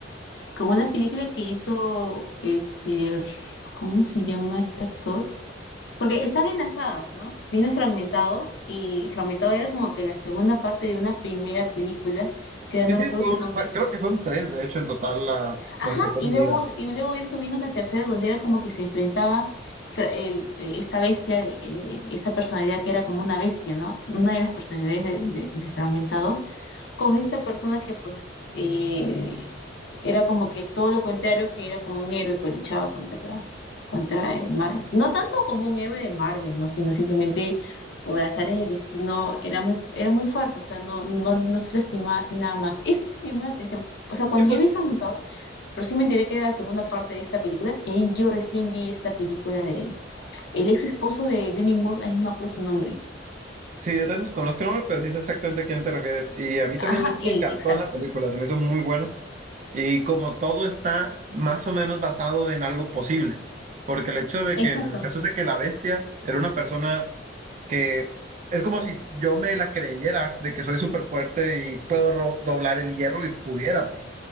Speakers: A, on the left; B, on the right.
A: con una película que hizo este, ¿cómo se llama este actor? Porque están enlazadas, ¿no? Vino fragmentado y fragmentado era como que la segunda parte de una primera película que
B: Sí,
A: no recuerdo
B: sí, es toda
A: su
B: una
A: nombre.
B: saga. Creo que son tres, de hecho, en total las,
A: Ajá,
B: las que están
A: y
B: unidas.
A: luego, y luego de eso vino una tercera donde era como que se enfrentaba fra- el- eh, esta bestia, eh, esta personalidad que era como una bestia, ¿no? Una de las personalidades de, de- de Fragmentado con esta persona que pues eh, era como que todo lo contrario, que era como un héroe que luchaba contra, contra el mal. No tanto como un héroe de Marvel, ¿no? Sino simplemente por azares del destino era muy, era muy fuerte, o sea, no, no, no se lastimaba así nada más. Eso es lo que me llamó la atención. O sea, cuando
B: Sí, pues,
A: yo vi Fragmentado, pero sí me enteré que era la segunda parte de esta película, y ahí yo recién vi esta película de el ex esposo de Demi Moore, ahí no me acuerdo su nombre.
B: sí, yo te desconozco el nombre, pero sí sé exactamente a quién te refieres. Y a mí también
A: Ajá,
B: eso
A: él,
B: me encantó
A: exacto.
B: en la película, se me hizo muy bueno. Y como todo está más o menos basado en algo posible, porque el hecho de
A: Exacto,
B: que, en el caso es de que la bestia era una persona que es como si yo me la creyera de que soy súper fuerte y puedo ro- doblar el hierro y pudiera, pues.